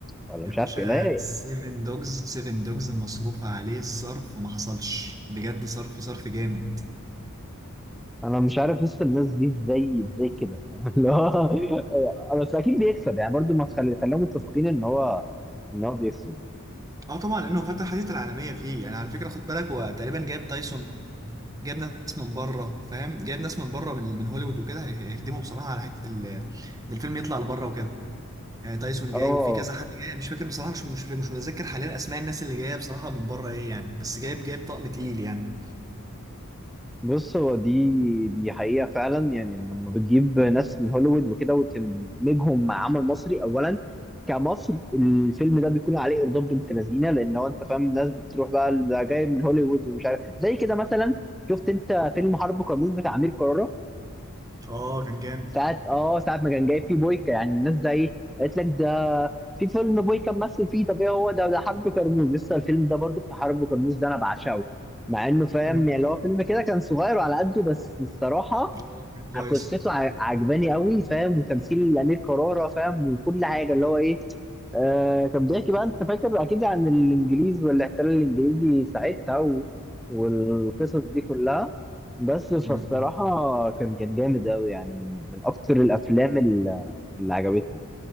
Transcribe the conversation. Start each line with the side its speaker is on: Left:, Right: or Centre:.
Centre: ولا
Right: يا
Centre: مش
Right: باشا
Centre: عارف كده لا
Right: سيفن دوجز سيفن دوجز مصروف عليه الصرف ما حصلش بجد صرف صرف جامد
Centre: انا مش عارف لسه الناس دي ازاي ازاي كده <laughs> اللي هو بس اكيد بيكسب يعني برضو ما تخلي خليهم متفقين ان هو ان هو بيكسب
Right: اه طبعا لانه فتح حديث العالميه فيه يعني على فكره خد بالك هو تقريبا جاب تايسون جايب ناس من بره فاهم جايب ناس من بره من من هوليوود وكده هي- هيخدموا بصراحه على حته ال- ان الفيلم يطلع لبره وكده يعني تايسون جاي
Centre: اه
Right: وفي كذا حد جاي مش فاكر بصراحه مش مش مش متذكر حاليا اسماء الناس اللي جايه بصراحه من بره ايه يعني بس جايب جايب طقم تقيل يعني
Centre: بص هو دي دي حقيقة فعلا يعني إن لما بتجيب ناس من هوليوود وكده وتدمجهم مع عمل مصري أولا كمصر الفيلم ده بيكون عليه إرضاء بنت لذينة لأن هو أنت فاهم الناس بتروح بقى ده جاي من هوليوود ومش عارف زي كده مثلا شفت أنت فيلم حرب كرموز بتاع أمير كرارة
Right: اه كان جامد
Centre: ساعة اه ساعة ما كان جايب فيه بويكا يعني الناس زي قالت لك ده في فيلم بويكا ممثل فيه طب ايه هو ده ده حرب كرموز لسه الفيلم ده برضو بتاع حرب كرموز ده انا بعشقه مع انه فاهم
Right: امم
Centre: يعني اللي هو فيلم كده كان صغير وعلى قده بس الصراحة
Right: اه كان كويس
Centre: قصته ع- عجباني قوي فاهم وتمثيل امير كرارة فاهم وكل حاجه اللي هو ايه آه كان بيحكي بقى انت فاكر اكيد عن الانجليز والاحتلال الانجليزي ساعتها و... والقصص دي كلها بس فالصراحه
Right: امم
Centre: كان كان جامد قوي يعني من من اكتر الافلام اللي, اللي عجبتني